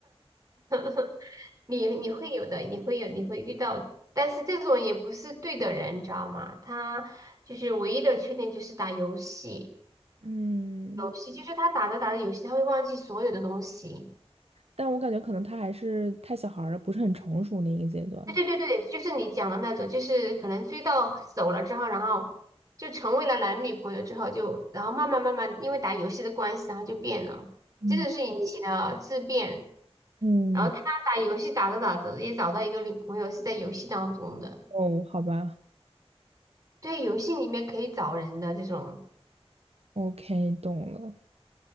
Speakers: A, on the right; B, on the right.
A: <laughs> 你你会有的，你会有，你会遇到，但是这种也不是对的人，你知道吗？他就是唯一的缺点就是打游戏，
B: <laughs> 嗯，
A: 游戏就是他打着打着游戏，他会忘记所有的东西。
B: 但我感觉可能他还是太小孩儿了，不是很成熟那一个阶段。
A: 对对对对，就是你讲的那种，就是可能追到手了之后，然后就成为了男女朋友之后就，然后慢慢慢慢因为打游戏的关系，然后就变了，
B: 嗯
A: 真的是引起了质变。
B: 嗯，
A: 然后他打游戏打着打着也找到一个女朋友是在游戏当中的。
B: 哦，好吧
A: 对，游戏里面可以找人的这种，
B: ，OK，懂了，